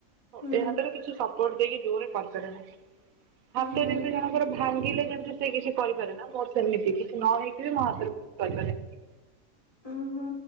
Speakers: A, on the left (about 25°); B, on the right (about 80°).
A: ହୁଁ
B: ଏ ହାତରୁ କିଛି ସବ ସପଟ ଦେଇକି ଜୋରରେ କରଦେଲା
A: ହଁ
B: ମତେ
A: ହଁ
B: ଯେମତି ବି ଯଣ ର ଭାଙ୍ଗିଲେ ଯେମିତି ସେ କିଛି କରିପାରେ ନା ମୋର ସେମିତି କିଛି ନ ହେଇକି ବି ମୋ ହାତରେ ମିସ୍ କରିପାରେନା।
A: ଉଁ ହୁଁ।